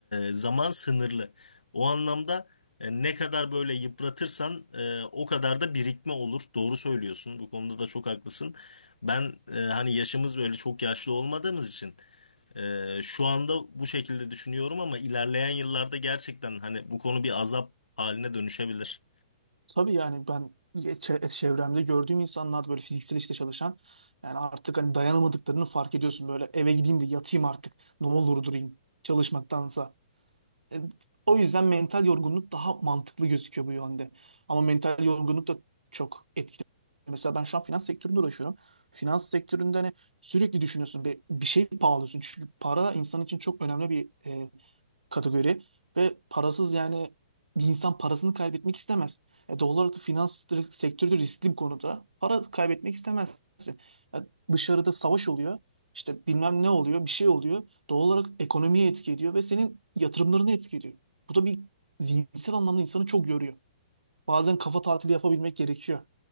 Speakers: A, on the left (about 85°); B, on the right (about 85°).
A: zaman sınırlı. O anlamda e, ne kadar böyle yıpratırsan e, o kadar da birikme olur. Doğru söylüyorsun. Bu konuda da çok haklısın. Ben e, hani yaşımız böyle çok yaşlı olmadığımız için e, şu anda bu şekilde düşünüyorum ama ilerleyen yıllarda gerçekten hani bu konu bir azap haline dönüşebilir.
B: Tabii yani ben çe- çevremde gördüğüm insanlar böyle fiziksel işte çalışan yani artık hani dayanamadıklarını fark ediyorsun böyle eve gideyim de yatayım artık ne olur durayım çalışmaktansa. E, o yüzden mental yorgunluk daha mantıklı gözüküyor bu yönde. Ama mental yorgunluk da çok etkili. Mesela ben şu an finans sektöründe uğraşıyorum. Finans sektöründe hani sürekli düşünüyorsun bir, bir şey pahalıyorsun. Çünkü para insan için çok önemli bir e, kategori ve parasız yani bir insan parasını kaybetmek istemez. E, doğal olarak da finans direkt- sektörü de riskli bir konuda. Para kaybetmek istemezsin. Ya dışarıda savaş oluyor. işte bilmem ne oluyor, bir şey oluyor. Doğal olarak ekonomiye etki ediyor ve senin yatırımlarını etki ediyor. Bu da bir zihinsel anlamda insanı çok yoruyor. Bazen kafa tatili yapabilmek gerekiyor.